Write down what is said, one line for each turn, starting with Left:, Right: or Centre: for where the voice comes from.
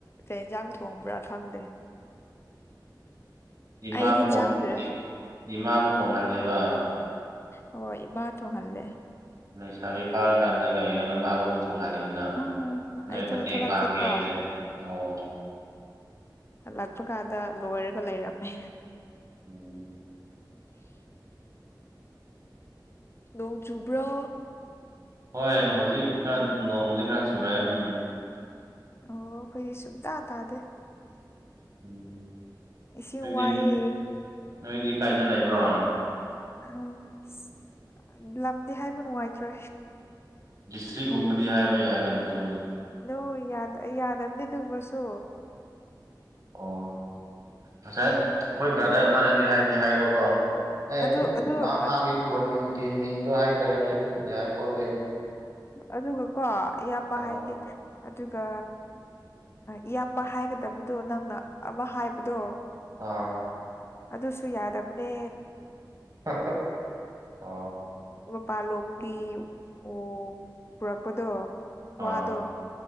Left: ꯀꯩꯏꯟꯖꯥꯡ ꯊꯣꯡꯕ꯭ꯔ ꯈꯪꯗꯦ
Right: ꯏꯃꯥꯕꯨ
Left: ꯑꯩꯗꯤ
Right: ꯊꯣꯡ
Left: ꯆꯪꯗ꯭ꯔꯦ
Right: <unintelligible> ꯏꯃꯥꯕꯨ ꯊꯣꯡꯍꯜꯂꯦꯕ
Left: ꯍꯣꯏ ꯏꯃꯥ ꯊꯣꯡꯍꯜꯂꯦ
Right: ꯂꯩꯁꯥꯕꯤ ꯐꯥꯔꯀꯥꯟꯗ ꯀꯩꯅꯣ ꯅꯃꯥꯕꯨ ꯃꯨꯛ ꯊꫭ ꯇꯣꯡꯉꯥꯜꯂꯤꯗꯨꯅ
Left: ꯑꯥ
Right: ꯅꯣꯏ
Left: ꯑꯩꯗꯣ
Right: ꯃꯇꯦꯡ
Left: ꯊꯕꯛ
Right: ꯄꯥꯡꯒꯦ
Left: ꯆꯠꯄ
Right: ꯍꯥꯏꯒꯗꯦ ꯑꯣ
Left: ꯍꯂꯛꯄ ꯀꯥꯟꯗ ꯂꯣꯏꯔꯒ ꯂꯩꯔꯝꯃꯦ
Right: ꯎꯝ
Left: <unintelligible> ꯅꯣꯡ ꯆꯨꯕ꯭ꯔꯣ
Right: ꯍꯣꯏ ꯍꯧꯖꯤꯛ ꯈꯔ ꯅꯣꯡꯃꯗꯤꯡ ꯈꯔ ꯆꯨꯔꯛꯑꯦ ꯎꯝ
Left: ꯑꯣ ꯑꯩꯈꯣꯏꯗꯤ ꯁꯨꯝꯇꯥ ꯇꯥꯗꯦ
Right: ꯎꯝ
Left: ꯏꯁꯤ
Right: ꯅꯣꯏꯗꯤ
Left: ꯋꯥꯑꯦ
Right: ꯅꯣꯏꯗꯤ ꯀꯥꯏꯗ ꯂꯩꯕ꯭ꯔꯣ
Left: ꯑ ꯑꯁ ꯂꯝꯗꯤ ꯍꯥꯏꯕ ꯅꯨꯡꯉꯥꯏꯇ꯭ꯔꯦ
Right: ꯗꯤꯁꯇ꯭ꯔꯤꯛꯒꯨꯝꯕꯗꯤ ꯍꯥꯏꯕ ꯌꯥꯏ ꯀꯅ ꯑꯗꯨ
Left: ꯑꯣ ꯌꯥꯗꯕꯅꯦ ꯑꯗꯨꯃꯁꯨ
Right: ꯑꯣ ꯉꯁꯥꯏ ꯑꯩꯈꯣꯏ ꯕ꯭ꯔꯥꯗꫪ ꯑꯃꯅꯗꯤ ꯍꯥꯏꯗꯤ ꯍꯥꯏꯕꯀꯣ ꯑꯦ
Left: ꯑꯗꯨ
Right: ꯑꯗꯨꯝ
Left: ꯑꯗꯨ
Right: ꯃꯥ ꯃꯥꯒꯤ
Left: ꯑꯗꯨ
Right: ꯈꯨꯟꯒꯤ ꯃꯤꯡꯗꯣ ꯍꯥꯏꯗ꯭ꯔꯒꯗꯤ ꯑꯗꯨꯝ ꯌꯥꯏ ꯈꫭꯠ ꯂꯦ
Left: ꯑꯗꯨꯒꯀꯣ ꯏꯌꯥꯝꯕ
Right: ꯑꯥ
Left: ꯍꯥꯏꯒꯦ ꯑꯗꯨꯒ ꯏꯌꯥꯝꯕ ꯍꯥꯏꯒꯗꯕꯗꯣ ꯅꯪꯅ ꯑꯃ ꯍꯥꯏꯕꯗꯣ
Right: ꯑꯥ
Left: ꯑꯗꯨꯁꯨ ꯌꯥꯗꯕꯅꯦ
Right: <unintelligible> ꯑꫭ
Left: ꯃꯄꯥꯥꯟꯂꯣꯝꯒꯤ ꯑꫭ ꯄꯨꯔꯛꯄꯗꯣ
Right: ꯑꯥ
Left: ꯋꯥꯗꯣ